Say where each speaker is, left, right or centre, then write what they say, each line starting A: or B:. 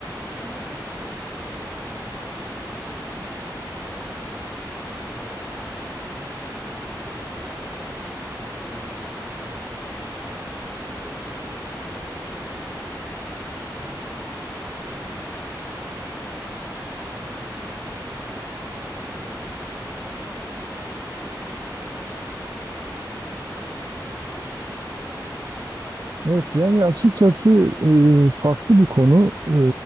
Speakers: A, on the right (about 20°); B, on the right (about 55°).
A: Yusuf Hocam size bir, bir şey soracağım ya bu e, emek hırsızlığı filan diyorlar buna E, şu başkasının eserinden s- ka- e, çalma yani bu plagiarizm türü de olabilir ya da ne bileyim kaynağı internetten indirme falan filan ya da bir şeyi internetten bulma indirme. Siz ne diyorsunuz buna? Benim kafamda bir takım spesifik şeyler var da siz, siz ne diyorsunuz diye merak ettim.
B: Evet yani açıkçası e, farklı bir konu. E,